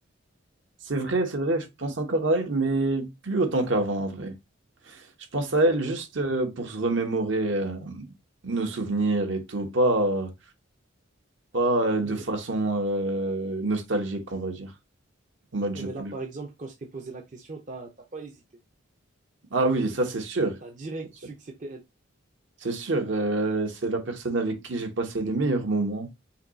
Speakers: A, on the right; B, on the right.
A: C'est vrai, c'est vrai, je pense encore à elle, mais plus autant qu'avant en vrai. Je pense à elle
B: Ouais.
A: juste euh, pour se remémorer euh, nos souvenirs et tout, pas. Pas euh, de
B: Ouais, mais,
A: façon euh, nostalgique, on va dire. En mode
B: non,
A: je
B: mais
A: pleure.
B: là, par exemple, quand je t'ai posé la question, t'as t'as pas hésité.
A: Ah oui, ça c'est sûr.
B: T'as direct
A: C'est sûr.
B: su que c'était elle.
A: C'est sûr, euh, c'est la personne avec qui j'ai passé les meilleurs moments